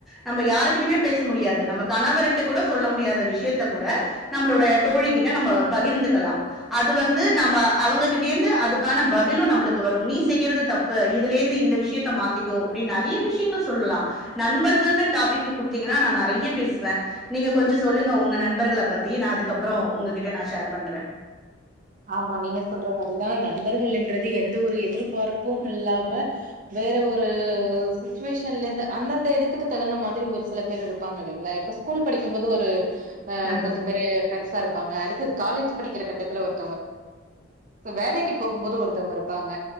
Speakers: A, in the centre; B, on the right.
A: நம்ம யாருகிட்டுமே பேச முடியாது நம்ம கணவர்ட்ட கூட சொல்ல முடியாத விஷய விசயத்தக்கூட நம்மளோட தோழி கிட்ட நம்ம பகிர்ந்துக்கலாம் அது வந்து நம்ம அவங்ககிட்ட இருந்து அதுக்கான பதிலும் நம்மளுக்கு வரும் நீ செய்யிரது தப்பு இதுல இருந்து இந்த விஷயத்த மாத்திக்கோப்ப நிறைய விஷயங்கள் சொல்லலாம் நண்பர்கள்னு டாப்பிக் கொடுத்திங்கன்னா நான் நிறைய பேசுவேன் நீங்க கொஞ்சம் சொல்லுங்கப்பா உங்க நண்பர்கள பத்தி நான் அதுக்கப்புறம் உங்ககிட்ட நான் ஷேர் பண்றேன்
B: ஆமா நீங்க சொல்ற மாதிரிதான் நண்பர்கள்ன்றது எந்த ஒரு எதிர்பார்ப்பும் இல்லாம வேற ஒரு சுச்சுவேஷன்ல இருந்து அந்தந்த இடத்துக்கு தகுந்த மாதிரி ஒரு சில பேர் இருப்பாங்க இல்லலைங்களா இப்ப ஸ்கூல் படிக்கும் போது ஒரு ஆஹ
A: நண்பர்கள்.
B: கொஞ்ச பெரிய பிரெண்ட்ஸா இருப்பாங்க அடுத்த காலேஜ் படிக்கிற கட்டத்துல ஒரு வேலைக்கு போகும் போது ஒருத்தங்க இருப்பாங்க